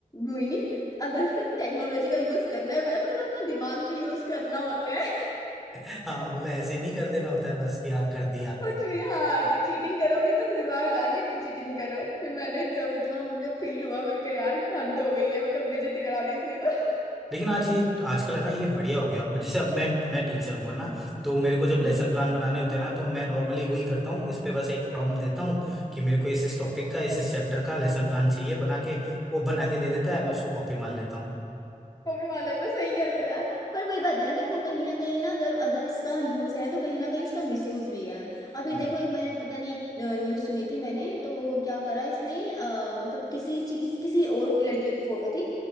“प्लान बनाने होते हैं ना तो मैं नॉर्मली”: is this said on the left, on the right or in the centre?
Centre